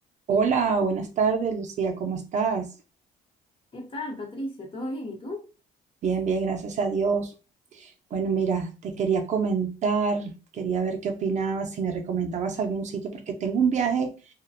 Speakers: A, on the right (about 45°); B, on the left (about 30°).
A: Hola, buenas tardes, Lucía, ¿cómo estás?
B: ¿Qué tal, Patricia? ¿Todo bien? ¿Y tú?
A: Bien, bien, gracias a Dios. Bueno, mira, te quería comentar, quería ver qué opinabas, si me recomendabas algún sitio, porque tengo un viaje